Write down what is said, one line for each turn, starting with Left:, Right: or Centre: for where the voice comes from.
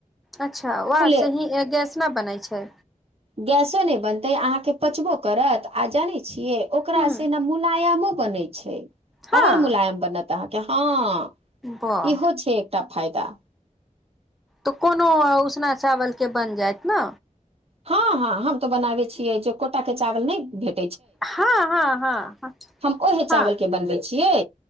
Centre: अच्छा वर
Right: खुले
Centre: से ही गैस न बनाई? अ छै।
Right: गैसो नहि बनतै, अहाँके पचबो करत, आ जानैत छी? छिय, ओकरा
Centre: हूँ
Right: से न मुलायम बनै छै।
Centre: हँ
Right: आओर मुलायम बनत। तऽ अहाँके हँ!
Centre: वाह
Right: इहो छै एकटा! फायदा।
Centre: तऽ कोनो उसना चावलके बनि जायत ने।
Right: हँ हँ हम तोऽ बनाबे छियै, जे कोटा के चावल नहि भेट
Centre: हँ हँ हँ ह
Right: हम ओहे
Centre: हँ
Right: चावल के बनबै छियै